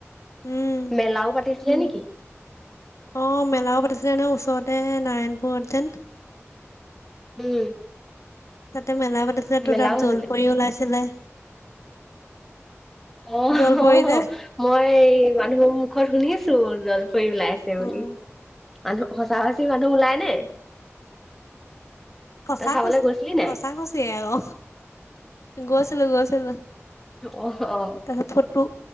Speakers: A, on the left; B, in the centre.
A: উম।
B: মেলাও পাতিছিলে নেকি?
A: অঁ মেলাও পাতিছিলে ন ওচৰতে নাৰায়ণপুৰতেন।
B: উম।
A: তাতে মেলা পাতিছিল তো
B: মেলাও
A: তাত
B: হৈছিলে
A: জলপৰি ওলাইছিলে।
B: অ
A: জলপৰি
B: অ
A: যে
B: মই মানুহৰ মুখত শুনিছো জলফৰি ওলাই আছে। বুলি
A: অ',
B: মানহ সঁচা সচি মানুহ ওলাই নে।
A: সঁচা
B: তই চাবলৈ
A: খুচি
B: গৈছিলি নাই?
A: সঁচা খুচি আৰু গৈছিলোঁ গৈছিলোঁ।
B: অ', অ'।
A: তাৰত ফটো